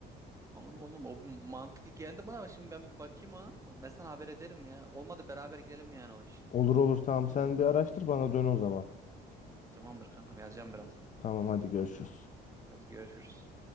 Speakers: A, on the right; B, on the left.
A: Anladım anladım. O mantıklı geldi bana. ama Şimdi ben bir bakayım ona. Ben sana haber ederim ya. Olmadı beraber gidelim yani o iş.
B: Olur olur tamam sen bir araştır bana dön o zaman.
A: Tamamdır kankam yazacağım birazdan.
B: Tamam hadi görüşürüz.
A: Hadi görüşürüz.